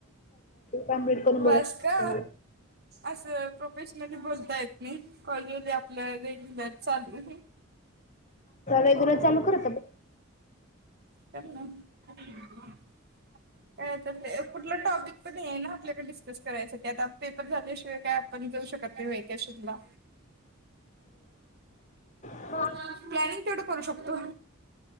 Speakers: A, on the left; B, on the right.
A: कम्प्लीट करून बोला
B: बस का
A: मला
B: असं प्रोफेशनली बोलता येतं नाही कॉल वर आपलं रेग्युलर चालू
A: रेग्युलेर चालू कर आता मग.
B: <unintelligible> काय ते कुठलं टॉपिक पण नाही आहे ना आपल्याकडे डिस्कस करायसाठी आता पेपर झाल्याशिवाय काय पण जाऊ शकत नाही व्हेकेशन ला.
A: हो
B: प्लॅनिंग तेवढं करू शकतो.